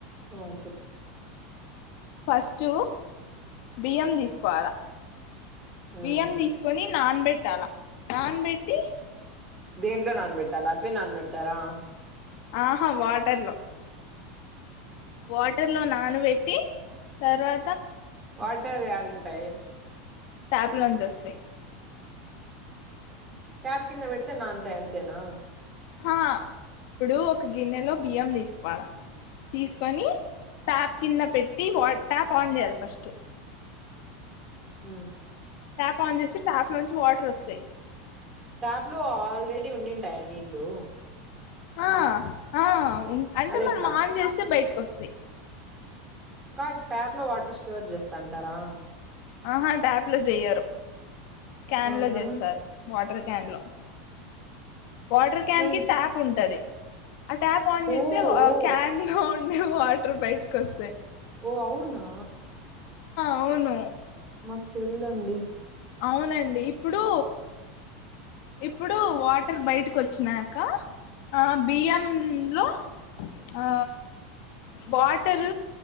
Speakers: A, on the right; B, on the left.
A: ఆ చెప్
B: ఫస్ట్ బియ్యం తీసుకోవాలా
A: ఉమ్
B: బియ్యం తీసుకొని, నాన్ బెట్టాలా నాన్ బెట్టి
A: దేంట్లో నానబెట్టాల అట్లే నానబెడతారా,
B: ఆహా వాటర్ లో వాటర్ లో నానబెట్టి తర్వా
A: వాటర్ యాడుంటాయ్
B: ట్యాప్ లో నుంచి వస్తాయ్
A: ట్యాప్ కింద పెడితే నాన్ తాయ్ అంతేనా
B: హా ఇప్పుడు ఒక గిన్నెలో బియ్యం తీసుకోవాలా తీసుకొని ట్యాప్ కింద పెట్టి వా ట్యాప్ ఆన్ చేయాలి ఫస్ట్
A: హ్మ్
B: ట్యాప్ ఆన్ చేస్తే ట్యాప్ లోంచి వాటర్ వస్తాయ్
A: ట్యాప్ లో ఆల్రెడీ ఉండింటాయా నీళ్లు
B: ఆ ఆ ఉం అంటే
A: అదెట్లా
B: మనం ఆన్ చేస్తే బయటకి వస్తాయ్
A: కా ట్యాప్ లో వాటర్ స్టోర్ చేస్తాంటారా
B: ఆహా ట్యాప్ లో చేయ్యరు క్యాన్
A: ఆ
B: లో
A: మళ్ళా
B: చేస్తారు వాటర్ క్యాన్ లో వాటర్ క్యాన్
A: మళ్ళీ-
B: కి ట్యాప్ ఉంటది ఆ ట్యాప్ ఆన్ చేస్తే
A: ఓ ఓ
B: క్యాన్ లో ఉండే వాటర్ బయటకి వస్తాయ్
A: ఓ అవునా
B: అవును
A: మాకు తెల్దండి
B: అవునండి ఇప్పుడు ఇప్పుడు వాటర్ బయటకు వచ్చినాక ఆ బియ్యం లో ఆ వాటర్